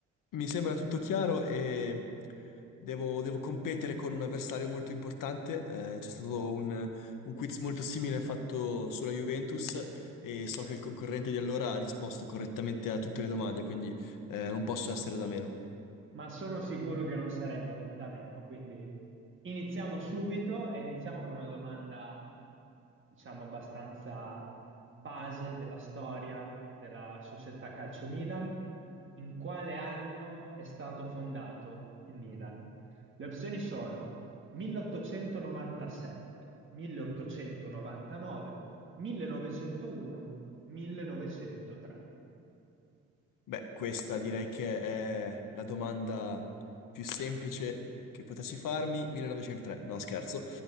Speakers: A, on the left; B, on the right.
A: Mi sembra tutto chiaro e devo, devo competere con un avversario molto importante. Eh, c'è stato un, un quiz molto simile fatto sulla Juventus e so che il concorrente di allora ha risposto correttamente a tutte le domande, quindi eh, non posso essere da meno.
B: ma sono sicuro che non sarei da, da meno. Quindi iniziamo subito e iniziamo con una domanda, diciamo, abbastanza base della storia della società Calcio Milan. In quale anno è stato fondato il Milan? Le opzioni sono 1897, 1899, 1901, 1903.
A: Beh, questa direi che è la domanda più semplice che potessi farmi, 1903, no scherzo,